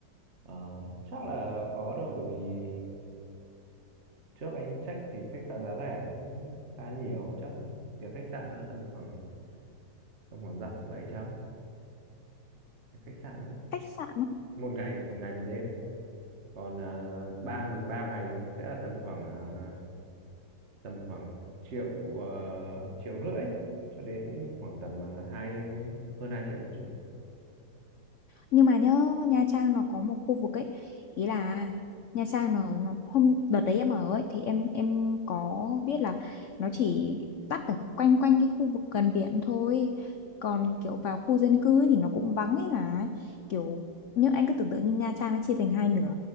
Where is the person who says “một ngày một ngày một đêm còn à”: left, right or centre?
Right